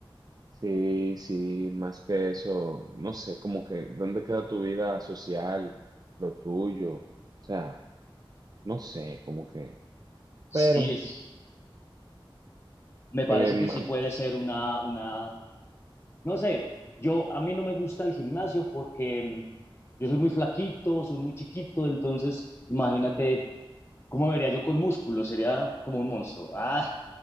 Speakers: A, on the right (about 45°); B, on the left (about 30°).
A: sí, sí, más que eso, no sé, como que, ¿dónde queda tu vida social, lo tuyo? O sea, no sé, como que,
B: Sí,
A: pero...
B: es, me parece
A: em,
B: que sí puede ser una, una, no sé, yo, a mí no me gusta el gimnasio porque mm, yo soy muy flaquito, soy muy chiquito, entonces imagínate cómo me vería yo con músculo, sería como un monstruo. <laughs> Ah,